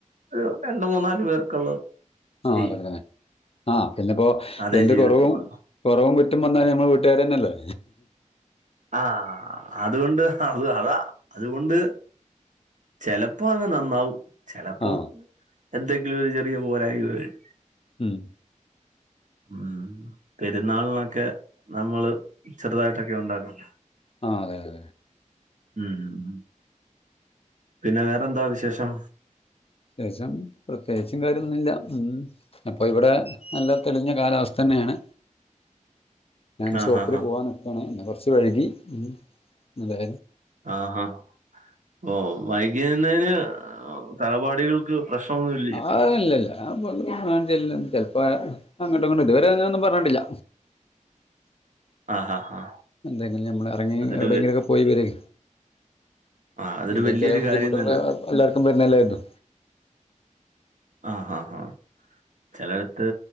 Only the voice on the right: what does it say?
ഒരു രണ്ട് മൂന്നാല് പേർക്കുള്ളത്
ചെയ്യും
അതേ
ചെയ്തിട്ടുള്ളൂ
ആ അതുകൊണ്ട് അത് അതാ അതുകൊണ്ട്. ചിലപ്പോ അങ്ങ് നന്നാവും ചിലപ്പോം
എന്തെങ്കിലും ഒരു ചെറിയ പോരായിക്കവരും.
ഉം പെരുന്നാളിനൊക്കെ നമ്മള് ചെറുതായിട്ടൊക്കെ ഉണ്ടാക്കും.
ഉം ഉം ഉം പിന്നെ വേറെന്താ വിശേഷം.
ആഹ്
ഹാ ഹാ
ആഹ് ആഹ് ഓഹ് വൈകിവന്നേന് ഓഹ് സഹപാഠികൾക്ക് പ്രശ്നൊന്നുഇല്ലയൊ.
ആഹാ ആഹ്
അതൊരു
വ-
ആ അതൊരു
വലിയൊരു
കാര്യം തന്നെ
ആ ഹാ ഹാ ചിലടത്